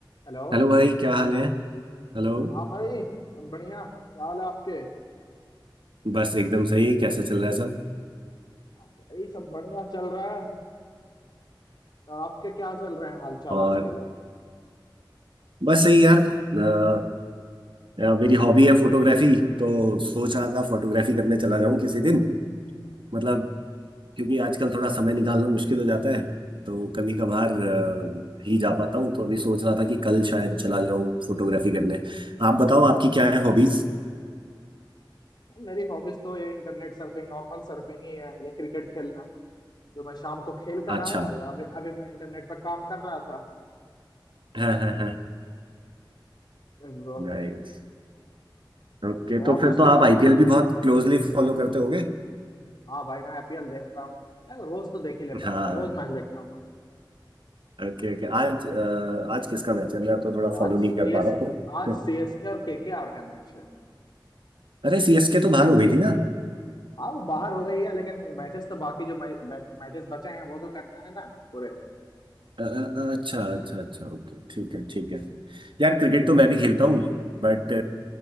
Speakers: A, on the left; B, on the right.
A: Hello
B: Hello भाई क्या हाल है हेलो
A: हाँ भाई सब बढ़िया क्या हाल है आपके
B: बस एकदम सही कैसा चल रहा है सब
A: हाँ भाई सब बढ़िया चल रहा है तो आपके क्या चल रहे हैं हालचाल
B: और
A: आजकल
B: बस सही यार अ, अ, मेरी हॉबी है फोटोग्राफी तो सोच रहा था फोटोग्राफी करने चला जाऊं किसी दिन मतलब क्योंकि आजकल थोड़ा समय निकालना मुश्किल हो जाता है तो कभी कभार अ, ही जा पाता हूँ तो अभी सोच रहा था कि कल शायद चला जाऊं फोटोग्राफी करने आप बताओ आपकी क्या है हॉबीज
A: मेरी हॉबीज तो ये इंटरनेट सर्फिंग नॉर्मल सर्फिंग ही है या क्रिकेट खेलना जो मैं शाम को खेल कर
B: अच्छा
A: आया या अभी अभी मैं इंटरनेट पर काम कर रहा था
B: हाँ हाँ हाँ
A: Yes bro
B: नाइस ओके
A: तो
B: तो
A: आप
B: फिर
A: उसके
B: तो आप
A: बाद
B: आईपीएल भी बहुत क्लोजली फॉलो करते होगे
A: हाँ भाई मैं आईपीएल देख रहा हूँ नहीं, रोज तो देख ही लेता
B: हाँ
A: हूँ हाँ, रोज मैच देखता हूँ मैं
B: Okay okay आज अ, आज किसका मैच है मैं तो थोड़ा
A: तो
B: फॉलो
A: आज
B: नहीं
A: सीएसके
B: कर पा रहा हूँ
A: आज सीएसके और केकेआर का मैच है
B: अरे सीएसके तो बाहर हो गई थी ना अ,
A: हाँ वो बाहर हो गई है लेकिन मैचेस तो बाकी जो मैचेस बचे हैं वो तो करना है ना पूरे
B: अ, अ, अच्छा अच्छा अच्छा ओके ठीक है ठीक है यार क्रिकेट
A: Yes
B: तो मैं
A: bro,
B: भी खेलता हूँ बट